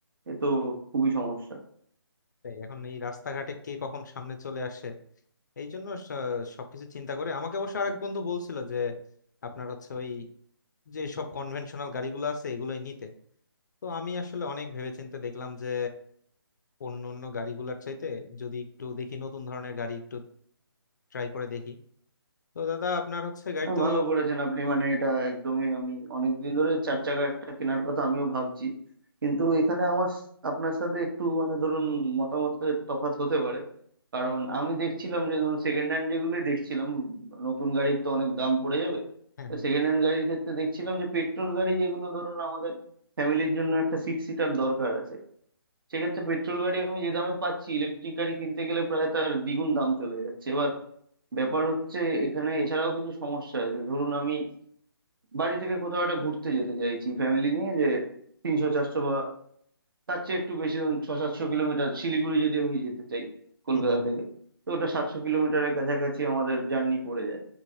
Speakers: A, on the right; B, on the left.
A: এ তো খুবই সমস্যা
B: তাই এখন এই রাস্তাঘাটে কে কখন সামনে চলে আসে এই জন্য স- সবকিছু চিন্তা করে আমাকে অবশ্য আরেক বন্ধু বলছিল যে আপনার হচ্ছে ওই যে সব কনভেনশনাল গাড়িগুলো আছে এগুলোই নিতে তো আমি আসলে অনেক ভেবেচিন্তে দেখলাম যে অন্য অন্য গাড়িগুলোর চাইতে যদি একটু দেখি নতুন ধরনের গাড়ি একটু ট্রাই করে দেখি তো দাদা আপনার হচ্ছে গাড়ি
A: আহ,
B: তো
A: ভালো করেছেন আপনি মানে এটা একদমই আমি অনেকদিন ধরে চার চাকা একটা কেনার কথা আমিও ভাবছি কিন্তু
B: হুম,
A: এখানে আমার স- আপনার সাথে একটু মানে ধরুন মতামতের তফাৎ হতে পারে কারণ আমি দেখছিলাম যে ধরুন সেকেন্ড হ্যান্ড যেগুলোই দেখছিলাম নতুন গাড়ির তো অনেক দাম পড়ে যাবে
B: হ্যাঁ
A: সেকেন্ড হ্যান্ড গাড়ির ক্ষেত্রে দেখছিলাম যে পেট্রোল গাড়ি যেগুলো ধরুন আমাদের ফ্যামিলির জন্য একটা সিক্স সিটার দরকার আছে সেক্ষেত্রে পেট্রোল গাড়ি আমি যে দামে পাচ্ছি ইলেকট্রিক গাড়ি কিনতে গেলে প্রায় তার দ্বিগুণ দাম চলে যাচ্ছে এবার ব্যাপার হচ্ছে এখানে এছাড়াও কিছু সমস্যা আছে ধরুন আমি বাড়ি থেকে কোথাও একটা ঘুরতে যেতে চাইছি ফ্যামিলি নিয়ে যে তিনশো চারশো বা তার চেয়ে একটু বেশি ধরুন ছ সাতশো কিলোমিটার শিলিগুড়ি যদি আমি যেতে চাই কলকাতা
B: হ্যাঁ <laughs>
A: থেকে তো ওটা সাতশো কিলোমিটারের কাছাকাছি আমাদের জার্নি পড়ে যায়